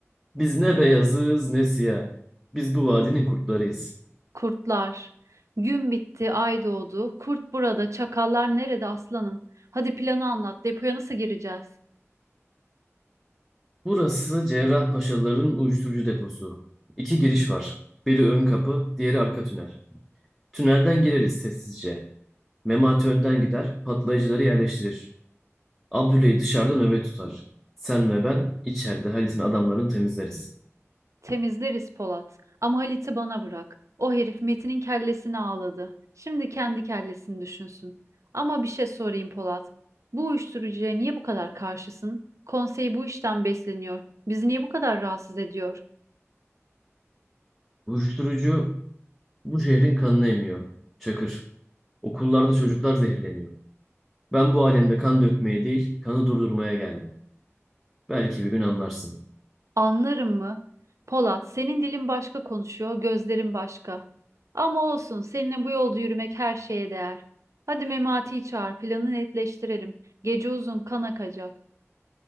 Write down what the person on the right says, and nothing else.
Kurtlar. Gün bitti, ay doğdu. Kurt burada, çakallar nerede aslanım? Hadi planı anlat. Depoya nasıl gireceğiz?
Temizleriz Polat. Ama Halit'i bana bırak. O herif Metin'in kellesini ağladı. Şimdi kendi kellesini düşünsün. Ama bir şey sorayım Polat. Bu uyuşturucuya niye bu kadar karşısın? Konsey bu işten besleniyor. Bizi niye bu kadar rahatsız ediyor?
Anlarım mı? Polat, senin dilin başka konuşuyor, gözlerin başka. Ama olsun, seninle bu yolda yürümek her şeye değer. Hadi Memati'yi çağır, planı netleştirelim. Gece uzun kan akacak.